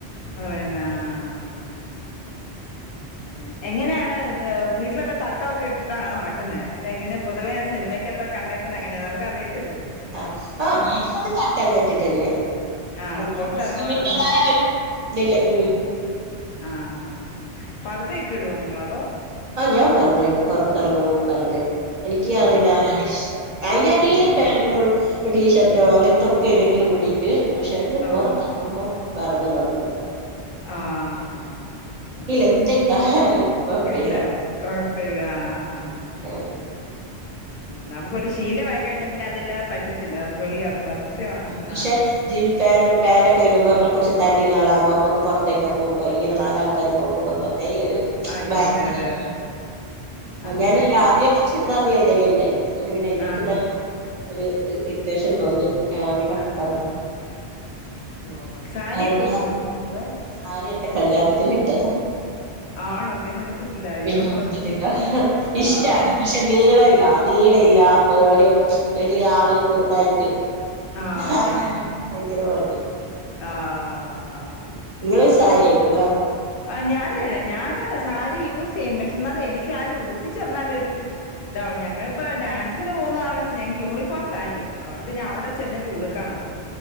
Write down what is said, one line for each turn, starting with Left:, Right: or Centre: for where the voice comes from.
Left: അതന്നെ ആഹാ അങ്ങനെ എങ്ങനെയാണ് വീട്ടിലൊക്കെ തട്ടംക്കെ ഇട്ടിട്ടാണോ നടക്കുന്നത് ഇല്ല ഇങ്ങനെ പോതുവേ സിനമയ്ക്കകത്തൊക്കെ കണ്ടെക്കുന്ന അങ്ങനെ നമുക്ക് അറിയല്ലോ
Right: ആഹ ആഹ് വീട്ടിലൊക്കെ തട്ടാ ഇട്ടിട്ട്ട്ടല്ലേോ
Left: ആണോ
Right: ഞമ്മൾ
Left: പൊറത്തെറങ്ങണോന്ന്
Right: മുസ്ലിമിന്റെതായ ഒരു ഇതില്ല ഉ
Left: ആഹ ഹഹ് ഹാ പർദ്ദ ഒക്കെ ഇടുവോ നിങ്ങള് അതോ
Right: ആഹ ഞാൻ പർദ്ദ ഇടും പുറത്തിറങ്ങുമ്പോൾ പർദ്ദ ഇടും എനിക്ക് അതിടാനാണ്
Left: ഓഹ്.
Right: ഇഷ്ടം അതിന്റൊട്ടിൽ
Left: ഇഷ്ട.
Right: പാന്റ് ടീഷർട്ടോ അങ്ങനത്തെക്കെ ഇടും കൂടിയിട്ട് പക്ഷെ പുറത്തിറങ്ങുമ്പോൾ
Left: ഓക്കെ.
Right: പർദ്ദ നിർബന്ധം
Left: ആഹ ആഹ ആഹ ഹ ഹ
Right: എന്തിട്ടാലും കൊഴപ്പയില്ല
Left: എ കുഴപ്പില്ല ആഹ ആഹ
Right: പറ്റത്തില്ല.
Left: നമക്ക് ഒരു ശീലമായിയി കഴിഞ്ഞാ പിന്നെ അതില്ലാതെ പറ്റത്തി നമു വെളി ഇറങ്ങും സത്യമാണ്
Right: പക്ഷെ
Left: ആഹ്
Right: ജീൻ പാന്റ് പാന്റൊക്കെ ഇടുമ്പോ നമ്മൾ കുറച് തടിയുള്ള ആൾ ആകുമ്പോൾ നമക്ക് പുറത്തേക്ക് ഇറങ്ങുമ്പോ ഇങ്ങനെ നാലാൾക്കാരും <unintelligible> ഒരു
Left: അയ്യോ
Right: ഭയങ്കര
Left: അതെ അതെ
Right: ഒരു
Left: അതെ. അത്
Right: ഞാന
Left: സത്യവാ.
Right: ആദ്യ ചുരിദാറാണ് ഇടല് ഉണ്ടായി പിന്നെ പിന്നെ എനിക്ക്
Left: ആഹ്.
Right: തന്നെ ഒരു ഇറിറ്റേഷൻ തോന്നി ആഹ വില
Left: ആഹ്
Right: പറ
Left: ഓഹോ സാരിയൊക്കെ
Right: അറിഞ്ഞോ
Left: ഉടുക്കോ അതോ
Right: സാരി എന്റെ കല്യാണത്തിന് ഇട്ടതാ
Left: ആണോ പിന്നെ ഉടുത്തിട്ടില്ല അയ്യോ
Right: പിന്നെ കൊടുത്തിട്ടില്ല
Left: ആഹ്
Right: ഇഷ്ടമാണ് പക്ഷെ നീളല്ല
Left: ഇഷ്ട
Right: നീളില്ല ഒരു ഒരു ആള് കുറുതായിട്ട്
Left: ആഹ
Right: ഭയങ്കര
Left: അതാണ്
Right: മടി
Left: ആഹഹാ
Right: നിങ്ങള് സാരിയയിക്കും അല്ല
Left: ആഹ ഞാനല്ല ഞാൻ സാരി യൂസ് ചെയ്യും പക്ഷെ എന്നാലും എനിക്ക് അല് ഉടിപ്പിച്ച് തന്നാലരു ഇത ഞങ്ങള്ൾ ഇപ്പ ഡാൻസിന്
Right: ആ
Left: പോകുന്ന കാരണ ഞങ്ങൾക്ക് യൂണിഫോം സാരിയ അുകൊണ്ട് പിന്നെ അവിടെ ചെന്നിട്ട് ഉടുക്കണത്